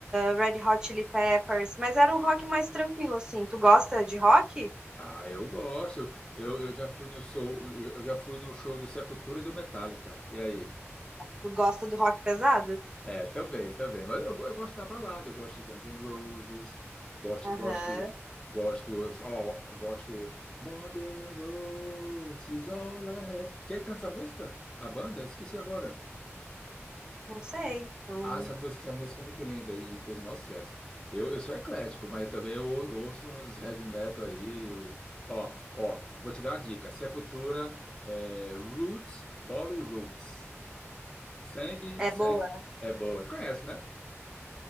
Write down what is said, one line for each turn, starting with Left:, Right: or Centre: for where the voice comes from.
Right: Red Hot Chili Peppers, mas era
Left: Bom.
Right: um rock mais tranquilo, assim. Tu gosta de rock?
Left: Ah, eu gosto. Eu, eu já fui no show, eu já fui no show do Sepultura e do Metallica. E aí?
Right: Tu gosta do rock pesado?
Left: É, também, também. Mas eu, go- eu gosto da balada, eu gosto de Guns N' Roses, gosto,
Right: Aham,
Left: gosto, gosto, ó, gosto More Than Roses, All I Have. Quem canta essa música? A banda? Esqueci agora.
Right: não sei. Não-
Left: Ah, essa música, essa música é muito linda e fez o maior sucesso. Eu, eu sou eclético, mas também eu ouço uns heavy metal aí. eu- Ó, ó, vou te dar uma dica. Sepultura, é, Roots, Body Roots. Sangue,
Right: é
Left: sangue.
Right: boa.
Left: É boa. Tu conhece, né?